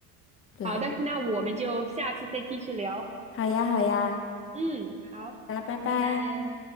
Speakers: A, on the left (about 35°); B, on the right (about 20°).
A: 对，
B: 好的，那我们就下次再继续聊。
A: 好呀好呀，
B: 嗯，好，
A: 大家拜拜。
B: 拜拜。